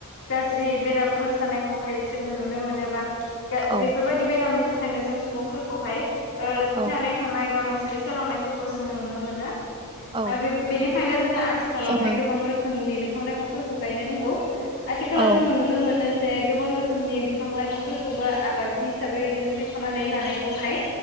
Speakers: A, on the left; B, on the right.
A: गाज्रि बेरामफोर जानायखौहाय जोङो नुनो मोनोबा
B: औ
A: बेफोरबायदि बेरामनि थाखायनो जों सुबुंफोरखौहाय ओ थैनानै
B: औ
A: थांनाय बा रुंसारि जालांनाय फोरखौ जोङो नुनो मोनो ओ
B: औ
A: बेनिखायनो जोङो आथिखालावहाय
B: जोङो
A: गोबां रोखोम रोखोमनि बिफां - लाइफांफोरखौ गायनो नांगौ आथिखालाव
B: औ
A: जोङो नुनो मोनो जे गोबां रोखोमनि बिफां - लाइफांफोरखौबो आबाद हिसाबै जोङो सायख'नानै लानायखौहाय